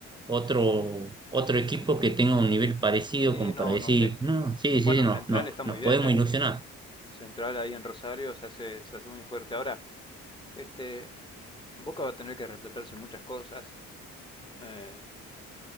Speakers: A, on the right (about 15°); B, on the left (about 15°).
A: otro, otro equipo que tenga un nivel parecido
B: Y
A: como
B: no,
A: para decir,
B: no sé.
A: no, sí,
B: Bueno,
A: sí, sí, no,
B: Central
A: no,
B: está muy
A: nos
B: bien,
A: podemos
B: ¿eh?
A: ilusionar.
B: Central ahí en Rosario se hace, se hace muy fuerte. Ahora, este, Boca va a tener que replantarse muchas cosas. eh,